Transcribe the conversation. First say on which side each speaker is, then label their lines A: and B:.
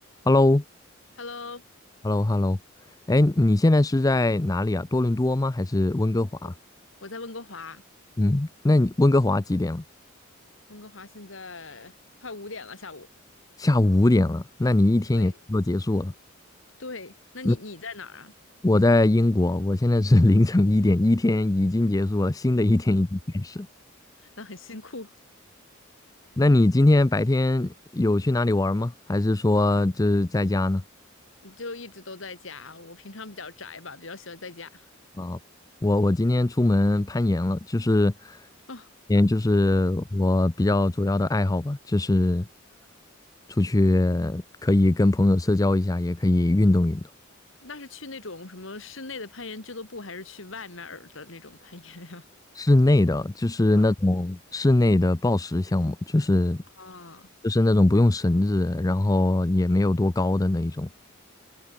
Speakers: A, on the left; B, on the left.
A: h e l l o
B: Hello，
A: h e l l o h e l l o 哎，你现在是在哪里啊？多伦多吗？还是温哥华？
B: 我我在温哥华，
A: 嗯，那你温哥华几点了？
B: 温哥华现在快五点了，下午。
A: 下午五点了，那你一天也差不多结束了。
B: 对，对，那你你在哪儿啊？
A: 嗯我在英国，我现在是 <laughs> 凌晨一点，一天已经结束了，新的一天已经开始。
B: <laughs> 那很辛苦，
A: 那你今天白天有去哪里玩吗？还是说就是在家呢？
B: <laughs> 你就一直都在家。我平常比较宅吧，比较喜欢在家。
A: 啊，我我今天出门攀岩了，就是，
B: 哦，
A: 嗯，就是我比较主要的爱好吧，就是出去可以跟朋友社交一下，也可以运动运动。
B: 那是去那种什么室内的攀岩俱乐部，还是去外面儿的那种攀岩呀？
A: 室内的就是那种室内的抱石项目，
B: <laughs> 啊
A: 就是
B: 啊，
A: 就是那种不用绳子，然后也没有多高的那一种。